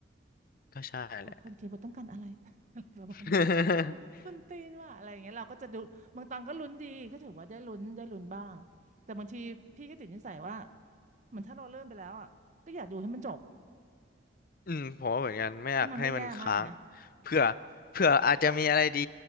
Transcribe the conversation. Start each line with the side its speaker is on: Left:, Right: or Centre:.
Left: ก็ใช่แหละ
Right: แบบคนเขียนบทต้องการอะไร <laughs> อะไรประมาณนั้นคือแบบคุณตีนว่าอะไรอย่างเงี้ยเราก็จะดูบางตอนก็ลุ้นดีก็ถือว่าได้ลุ้นได้ลุ้นบ้าง
Left: <laughs>
Right: แต่บางทีพี่ก็ติดนิสัยว่า เหมือนถ้าเราเริ่มไปแล้วอ่ะก็อยากดูให้มันจบ
Left: อืมผมว่าเหมือนกันไม่อยากให้มันค้าง
Right: ถ้ามันไม่แย่มากนะ
Left: เผื่อเผื่ออาจจะมีอะไรดี